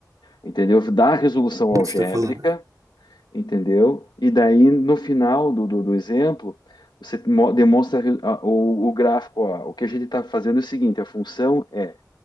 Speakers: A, on the left; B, on the right.
A: Entendeu? Dá a resolução
B: Como
A: algébrica
B: é que você está falando?
A: entendeu? E daí, no final do, do, do exemplo, você mo- demonstra a- o, o gráfico, ó, o que a gente está fazendo é o seguinte, a função é